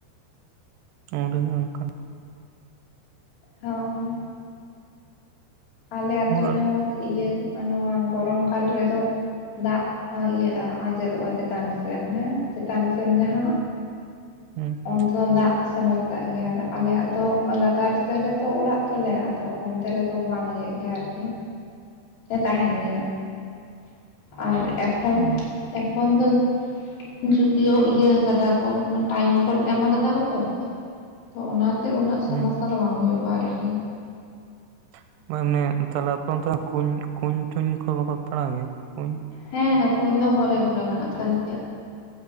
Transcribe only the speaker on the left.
<unintelligible> ᱟᱞᱮ ᱟᱹᱛᱳ
ᱨᱮᱦᱚᱸ ᱤᱭᱟᱹ ᱱᱚᱣᱟ ᱜᱚᱨᱚᱢ ᱠᱟᱞ ᱨᱮᱫᱚ ᱫᱟᱜ ᱤᱭᱟᱹᱜᱼᱟ ᱟᱸᱡᱮᱫᱚᱜᱼᱟ ᱪᱮᱛᱟᱱ ᱥᱮᱱ ᱦᱮᱸ ᱪᱮᱛᱟᱱ ᱥᱮᱱ ᱡᱟᱦᱟᱸ᱾
ᱩᱱ ᱥᱚᱢᱚᱭ ᱫᱟᱜ ᱥᱚᱢᱚᱥᱟᱜ ᱜᱮᱭᱟ ᱾ ᱟᱨ ᱟᱞᱮᱭᱟᱜ ᱫᱚ ᱞᱟᱛᱟᱨ ᱥᱮᱱ ᱨᱮᱛᱚ ᱚᱲᱟᱜ ᱛᱟᱞᱮ ᱟᱫᱚ ᱚᱱᱛᱮ ᱨᱮᱫᱚ ᱵᱟᱝ ᱤᱭᱟᱹᱜ ᱜᱮᱭᱟ ᱟᱨᱠᱤ᱾ ᱛᱟᱦᱮᱱ ᱜᱮᱭᱟ, ᱟᱨ ᱮᱠᱷᱚᱱ
ᱮᱠᱷᱚᱱ ᱫᱚ ᱡᱩᱫᱤᱭᱳ ᱤᱭᱟᱹ ᱠᱟᱫᱟ ᱠᱚ, ᱴᱟᱭᱤᱢ ᱠᱚᱞ ᱮᱢ ᱠᱟᱫᱟ ᱠᱚ ᱛᱚ᱾ ᱛᱚ ᱚᱱᱟᱛᱮ ᱩᱱᱟᱹᱜ ᱥᱚᱢᱚᱥᱟ
ᱫᱚ ᱵᱟᱝ ᱦᱳᱭᱳᱜᱼᱟ ᱟᱨ ᱠᱤ᱾
ᱦᱮᱸ ᱠᱩᱸᱧ ᱫᱚ ᱜᱷᱚᱨᱮ ᱜᱷᱚᱨᱮ ᱢᱮᱱᱟᱜ ᱛᱟᱞᱮᱭᱟ᱾